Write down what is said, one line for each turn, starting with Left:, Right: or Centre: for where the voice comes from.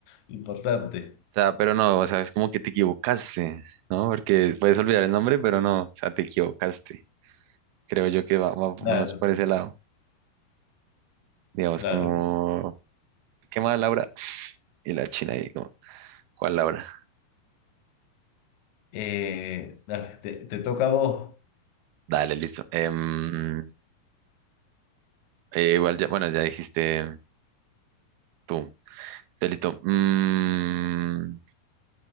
Left: importante.
Right: O sea, pero no, o sea, es como que te equivocaste, ¿no? Porque puedes olvidar el nombre, pero no, o sea, te equivocaste. Creo yo que va, va
Left: Claro,
Right: más por ese lado. Digamos,
Left: claro.
Right: como, ¿qué más, Laura? Y la china ahí, como, ¿cuál Laura?
Left: Eh, dale, te, te toca a vos.
Right: Dale, listo. Em, eh, igual ya, bueno, ya dijiste tú. Ya listo. Mm,